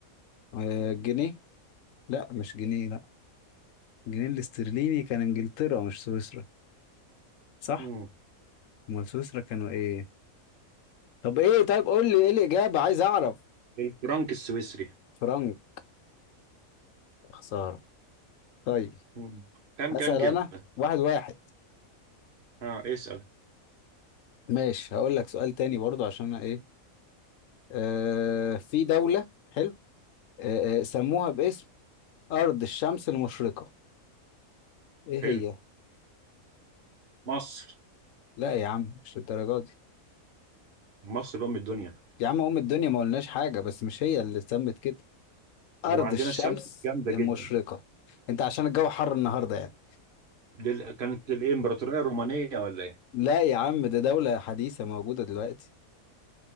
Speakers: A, on the left; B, on the right.
A: آه جنيه لا مش جنيه لا الجنيه الاسترليني كان انجلترا مش سويسرا صح
B: مم.
A: امال سويسرا كانوا ايه طب ايه طيب قول لي ايه الاجابه عايز اعرف
B: الفرنك السويسري
A: فرنك خساره طيب
B: مم. كام
A: هسأل
B: كام كده
A: انا واحد واحد
B: اه اسأل
A: ماشي هقول لك سؤال تاني برضو عشان أنا ايه آه في دولة حلو آه آه، سموها باسم أرض الشمس المشرقة ايه
B: حلو
A: هي؟
B: مصر
A: لا يا عم مش للدرجة دي
B: مصر أم الدنيا
A: يا عم أم الدنيا ما قلناش حاجة بس مش هي اللي اتسمت كده أرض
B: وعندنا
A: الشمس
B: الشمس جامدة
A: المشرقة
B: جدا
A: انت عشان الجو حر النهاردة يعني
B: دي ال- كانت الإمبراطورية الرومانية ولا إيه؟
A: لا يا عم ده دولة حديثة موجودة دلوقتي